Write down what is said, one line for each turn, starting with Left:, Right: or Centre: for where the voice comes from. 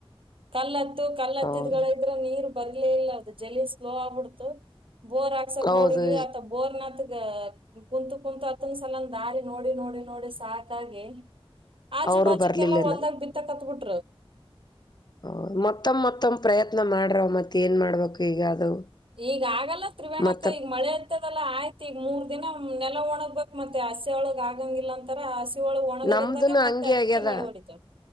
Right: ಕಲ್ಲತ್ತು ಕಲ್ಲತ್ತಿದ್ಗಳ
Left: ಹೌದು
Right: ಇದ್ರೆ ನೀರು ಬರ್ಲೇ ಇಲ್ಲ ಅದು ಜಲ್ಲಿ ಸ್ಲೋ ಆಗ್ಬಿಡ್ತು ಬೋರ್ ಹಾ ಕಸಕ್
Left: ಹೌದು
Right: ನೋಡಿದ್ವಿ ಆತ ಬೋರ್ನಾಥಗ ಕುಂತು ಕುಂತು ಅತ್ತನ ಸಲಂದ ದಾರಿ ನೋಡಿ ನೋಡಿ ನೋಡಿ ಸಾಕಾಗಿ ಆಜು
Left: ಅವರು
Right: ಬಾಜುಕ
Left: ಬರ್ಲಿಲ್ಲೇನ.
Right: ಎಲ್ಲಾ ಹೊಲ್ದಾಗ ಬಿತ್ತಕತ್ಬಿಟ್ರು
Left: ಹ ಮತ್ತೊಮ್ಮ್ ಮತ್ತೊಮ್ಮ ಪ್ರಯತ್ನ ಮಾಡ್ರವ ಮತ್ತೆ ಏನ್ ಮಾಡ್ಬೇಕು ಈಗ ಅದು
Right: ಈಗ ಆಗಲ್ಲ ತ್ರಿವೇಣಕ್ಕ
Left: ಮತ್ತ
Right: ಈಗ ಮಳೆ ಇದಲ್ಲ ಆಯ್ತ ಈಗ ಮೂರ್ ದಿನ ನೆಲ ಒಣಗ್ಬೇಕ್ ಮತ್ತೆ ಹಸಿ ಒಳಗ್ ಆಗಂಗಿಲ್ಲ ಅಂತರ <unintelligible> ಒಣಗದ್ರದಾಗೆ
Left: ನಮ್ದುನು
Right: ಮತ್ತೆ
Left: ಹಂಗೆ
Right: ಅಚ್ಚಿ
Left: ಆಗ್ಯದ
Right: ಮಳೆ ಹೊಡಿತಳ